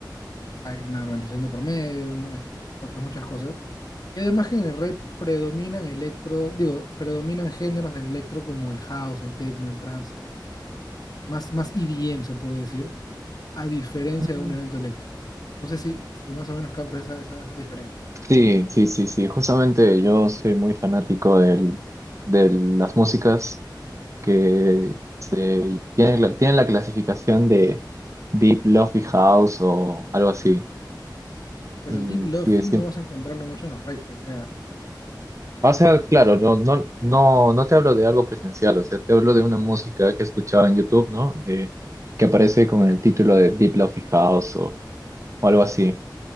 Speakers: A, on the left (about 60°); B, on the right (about 40°).
A: hay una organización de por medio, ¿no? Este, otras muchas cosas. Y además que en el rey predominan electro, digo, predominan géneros del electro como el house, el techno, el trance, más, más EDM se puede decir, a diferencia
B: Mm,
A: de un evento electro. No sé si, si más o menos captas esa, esa, esa diferencia.
B: Sí, sí, sí, sí, justamente yo soy muy fanático del, de las músicas que se, tienen, la- tienen la clasificación de Deep Lofi House o algo así,
A: Mm. Pero
B: y
A: el Deep Lofi
B: sí, sí,
A: no vas a encontrarlo mucho en los raves, te diría.
B: O sea, claro, no, no, no, no te hablo de algo presencial, o sea, te hablo de una música que escuchaba en YouTube, ¿no? De, que aparece con el título de Deep Lofi House o, o algo así.